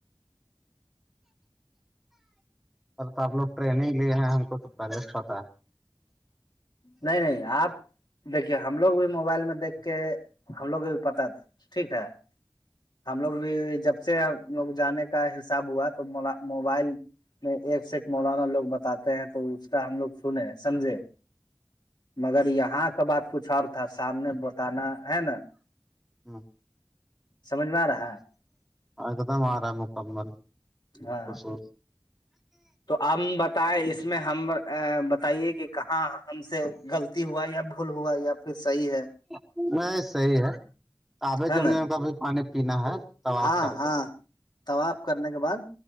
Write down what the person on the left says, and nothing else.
نہیں نہیں آپ دیکھیے ہم لوگ بھی موبائل میں دیکھ کے ہم لوگ بھی پتا تھا ٹھیک ہے ہم لوگ بھی جب سے ہم لوگ جانے کا حساب ہوا تو موبائل میں ایک سے ایک مولانا لوگ بتاتے ہیں تو اس کا ہم لوگ سن سمجھے مگر یہاں کا بات کچھ اور تھا سامنے بتانا ہے نا
سجھ میں آ رہا ہے
ہاں
تو ہم بتائے اس میں ہم بتائیے کہ کہاں ہم سے غلط ہوا یا بھول ہوا یا پھر صحیح ہے
ہے
نا
ہاں
ہاں
طاف کرنے کے بعد